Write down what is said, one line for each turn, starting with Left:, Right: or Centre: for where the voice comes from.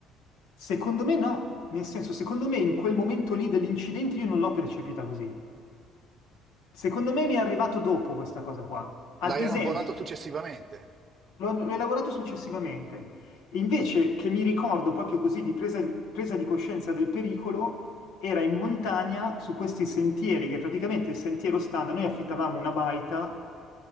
Left: secondo me no, nel senso, secondo me in quel momento lì dell'incidente io non l'ho percepita così. Secondo me mi è arrivato dopo questa cosa qua. Ad
Right: L'hai
Left: esempio,
Right: elaborato successivamente.
Left: L'ho l'ho elaborato successivamente. Invece che mi ricordo proprio così di presa, presa di coscienza del pericolo, era in montagna su questi sentieri, che praticamente il sentiero standard, noi affittavamo una baita